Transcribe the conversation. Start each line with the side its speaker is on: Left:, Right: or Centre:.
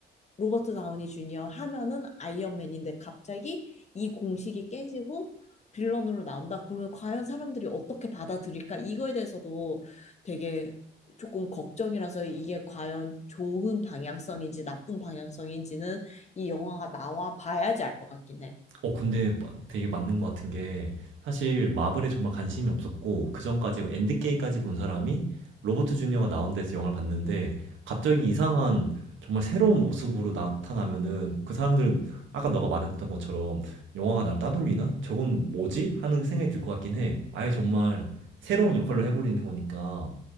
Left: 로버트 다우니 주니어 하면은 아이언맨인데 갑자기 이 공식이 깨지고 빌런으로 나온다. 그러면 과연 사람들이 어떻게 받아들일까? 이거에 대해서도 되게 조금 걱정이라서 이게 과연 좋은 방향성인지 나쁜 방향성인지는 이 영화가 나와 봐야지 알 것 같긴 해.
Right: 어, 근데 되게 맞는 것 같은 게 사실 마블에 정말 관심이 없었고 그 전까지 엔드게임까지 본 사람이 로버트 주니어가 나온 데서 영화를 봤는데 갑자기 이상한 정말 새로운 모습으로 나타나면은 그 사람들은 아까 너가 말했던 것처럼 영화가 날 따돌리나? 저건 뭐지? 하는 생각이 들 것 같긴 해. 아예 정말 새로운 역할로 해버리는 거니까